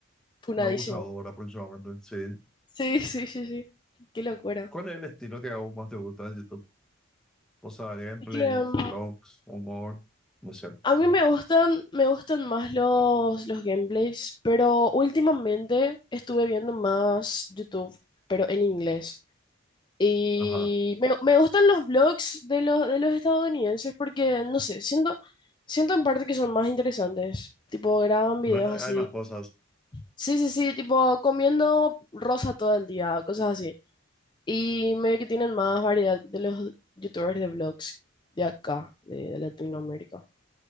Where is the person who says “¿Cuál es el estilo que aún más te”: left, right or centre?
Centre